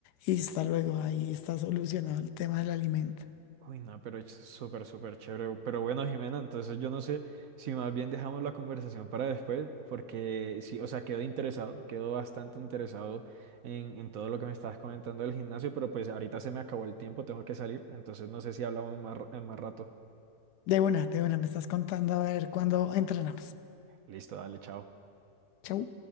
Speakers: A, on the left; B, on the right.
A: y hasta luego, ahí está solucionado el tema del alimento.
B: Uy, no, pero es súper, súper chévere. Pero bueno, Jimena, entonces yo no sé si más bien dejamos la conversación para después, porque sí, o sea, quedo interesado, quedo bastante interesado en, en todo lo que me estabas comentando del gimnasio, pero pues ahorita se me acabó el tiempo, tengo que salir, entonces no sé si hablamos más, r- en más rato.
A: De una, de una, me estás contando a ver cuándo entrenamos.
B: Listo, dale, chao.
A: Chau.